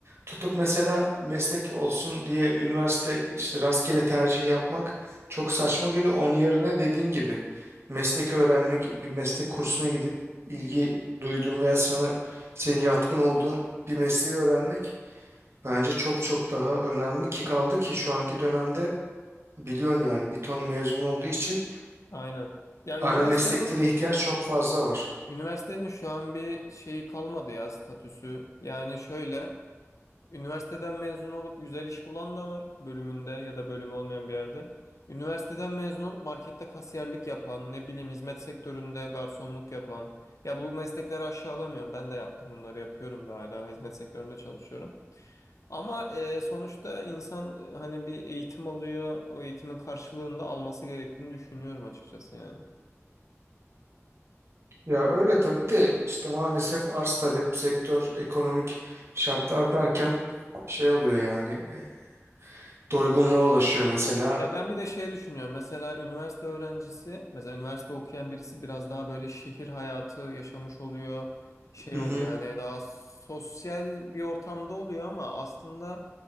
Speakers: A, on the right; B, on the left.
A: tutup mesela meslek olsun diye üniversite işte rastgele tercih yapmak çok saçma geliyor. Onun yerine dediğin gibi meslek öğrenmek, bir meslek kursuna gidip ilgi duyduğun veya sana senin yatkın olduğun bir mesleği öğrenmek bence çok çok daha önemli ki kaldı ki şu anki dönemde biliyorsun yani bir ton mezun olduğu için
B: Aynen. Ya
A: ara
B: üniversitenin
A: mesleklere ihtiyaç
B: e,
A: çok fazla var.
B: üniversitenin şu an bir şeyi kalmadı ya statüsü. Yani şöyle Üniversiteden mezun olup güzel iş bulan da var bölümünde ya da bölümü olmayan bir yerde. Üniversiteden mezun olup markette kasiyerlik yapan, ne bileyim hizmet sektöründe garsonluk yapan. Ya bu meslekleri aşağılamıyorum. Ben de yaptım bunları yapıyorum da hala hizmet sektöründe çalışıyorum. Ama e, sonuçta insan e, hani bir eğitim alıyor. O eğitimin karşılığında alması gerektiğini düşünüyorum açıkçası yani.
A: Ya öyle tabii de işte maalesef arz talep, sektör, ekonomik şartlar derken şey oluyor yani e, doygunluğa ulaşıyor mesela.
B: Ya ben bir de şey düşünüyorum. Mesela üniversite öğrencisi, mesela üniversite okuyan birisi biraz daha böyle şehir hayatı yaşamış oluyor, şey
A: Hı
B: oluyor.
A: hı.
B: Hani daha sosyal bir ortamda oluyor ama aslında